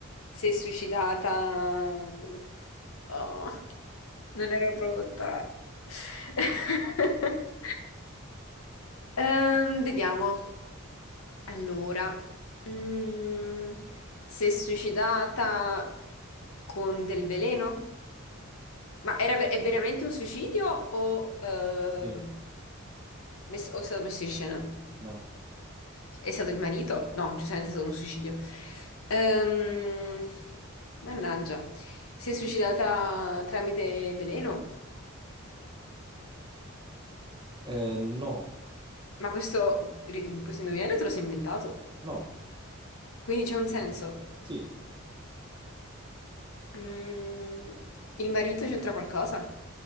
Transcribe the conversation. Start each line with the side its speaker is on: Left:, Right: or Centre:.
Left: Si è suicidata. Oh, non ero pronta. <laughs> Ehm, vediamo. Allora, mm, si è suicidata con del veleno? Ma era ve- è veramente un suicidio o, ehm,
Right: Sì,
Left: messo- o è stato messo in scena?
Right: no.
Left: È stato il marito? No, giustamente è stato un suicidio. Ehm, mannaggia, si è suicidata tramite veleno?
Right: Eh, no,
Left: Ma questo, ri- questo indovinello te lo sei inventato?
Right: no,
Left: Quindi c'è un senso.
Right: sì,
Left: Mm, il marito c'entra qualcosa?